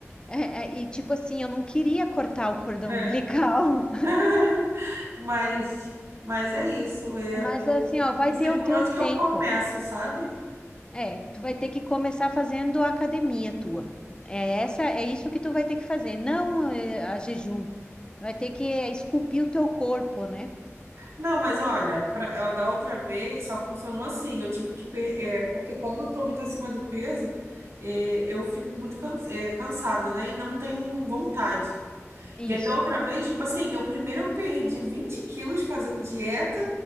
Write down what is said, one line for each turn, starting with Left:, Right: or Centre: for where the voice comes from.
Left: É, é, e tipo assim, eu não queria cortar o cordão
Right: É.
Left: umbilical,
Right: <laughs> Mas, mas é isso.
Left: <laughs>
Right: Eu,
Left: mas
Right: eu
Left: assim, ó, vai
Right: não
Left: ter
Right: sei por
Left: o teu
Right: onde
Left: tempo.
Right: que eu começo, sabe?
Left: É, tu vai ter que começar fazendo a academia tua. É essa, é isso que tu vai ter que fazer, não é, a jejum. Vai ter que esculpir o teu corpo, né?
Right: Não, mas olha, pra- ó, da outra vez só funcionou assim. Eu tive que. per- é, porque, como eu tô muito acima do peso, é, eu fico muito can- é, cansada, né? E não tenho vontade.
Left: Isso.
Right: E aí, da outra vez, tipo assim, eu primeiro eu perdi 20 quilos fazendo dieta,